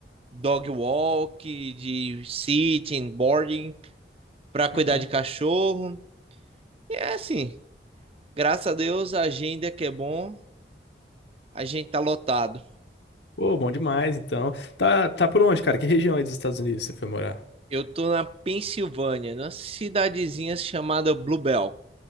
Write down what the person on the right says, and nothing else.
dog walk, de sitting, boarding, para cuidar
de cachorro. E é assim, Graças a Deus, a agenda que é bom, a gente tá lotado.
Eu tô na Pensilvânia, numa cidadezinha chamada Bluebell.